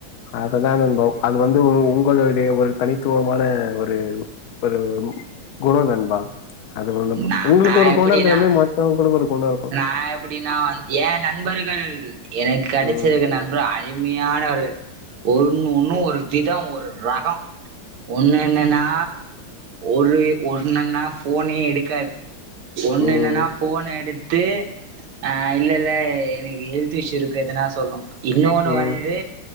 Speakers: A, on the left; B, on the right.
A: அததா நண்பா அது வந்து உ உங்களுடைய ஒரு தனித்துவமான ஒரு ஒரு ம் குணோ நண்பா அது <unintelligible>
B: நா
A: உங்ளுக்கு
B: நா
A: ஒரு
B: எப்படின்னா
A: கொணோ இருக்குற மாரி மத்தவங்களுக்கு ஒரு கொணோ இருக்
B: நா எப்டின்னா வந் ஏ நண்பர்கள் எனக்கு கெடைச்சிருக்க
A: ம்
B: நண்பர்கள் அருமையானவர்கள் ஒன்னு ஒன்னு ஒரு விதோ ஒரு ரகோ ஒன்னு என்னன்னா ஒரு ஒன்னன்னா ஃபோனே எடுக்காது ஒன்னு
A: ம்
B: என்னன்னா ஃபோன் எடு த்து ஆ இல்ல இல்ல எனக் ஹெல்த் இஷ்யூ இருக்கு எதனா சொல்லு இன்னொன்னு
A: ம்
B: வந்து